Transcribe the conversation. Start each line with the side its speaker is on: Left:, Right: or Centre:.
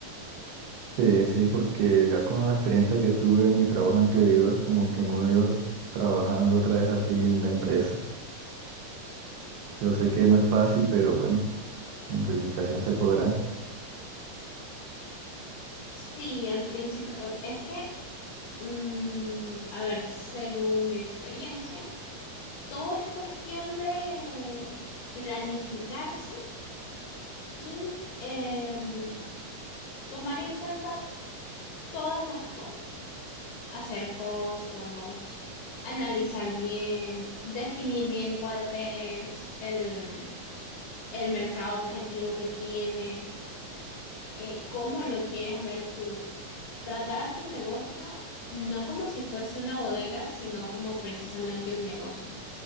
Right: Sí, sí, porque ya con la experiencia que tuve en mi trabajo anterior, como que no me veo trabajando otra vez así en una empresa. Yo sé que no es fácil, pero bueno, con dedicación se podrá.
Left: Sí, al principio, o- es que, mm, a ver, según mi experiencia, todo es cuestión de planificarse y em, tomar en cuenta todas las cosas. hacer costos, analizar bien, definir bien cuál es el, mm, el mercado objetivo que tienes, eh, cómo lo quieres ver tú. Tratar a tu negocio no como si fuese una bodega, sino como precisamente un negocio.